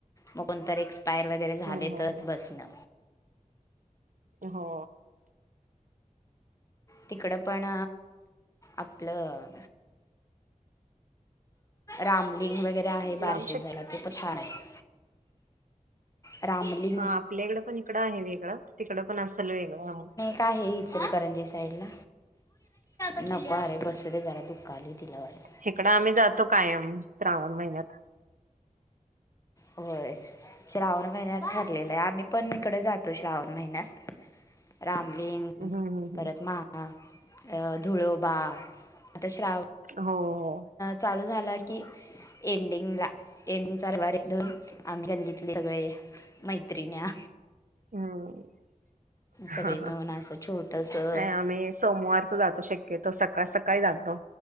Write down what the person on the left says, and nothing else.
मग कोणत एक्सपायर वगैरे झाले
तरच बसणं.
तिकडं पण आपलं रामलिंग वगैरे आहे
बारिशे
जायला ते पण छान आहे. रामली
काय हे इचलकरंजी साईड ला. नको अरे बस जरा दुःख आली तिला वाट.
होय, श्रावण महिन्यात ठरलेलं आहे आम्ही पण इकडे जात तो श्रावण महिन्यात, रामलिंग
परत महा ह धुळोबा आता श्राव
चालू झाला की एंडिंग ला एंडिंगचा रवारीन आम्ही तथले सगळे. मैत्रिन्या.
सगळे मिळून असं छोटंसं